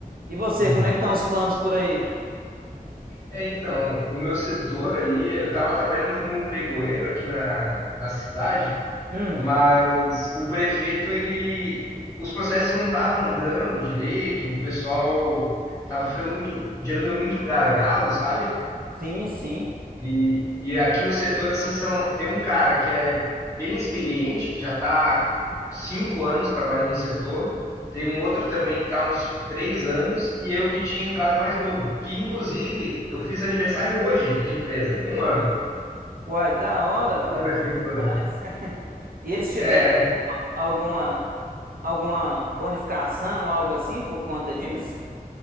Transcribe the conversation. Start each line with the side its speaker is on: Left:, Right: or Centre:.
Right: E você,
Left: Uhum.
Right: como é que estão os planos por aí?
Left: É, então, o meu setor ali, eu estava trabalhando como pregoeiro aqui na, na cidade,
Right: Hum,
Left: mas o prefeito, ele, os processos não estavam andando direito, o pessoal estava ficando muito, gerando muito gargalo, sabe?
Right: sim, sim.
Left: E, e aqui no setor, assim, são, tem um cara que é bem experiente, que já está há cinco anos trabalhando no setor, tem um outro também que está há uns três anos, e eu que tinha entrado mais novo, que inclusive eu fiz aniversário hoje de empresa, um ano
Right: Uai, da hora, uai.
Left: da prefeitura.
Right: <laughs> E eles te
Left: É,
Right: deram alguma alguma bonificação, algo assim por conta disso?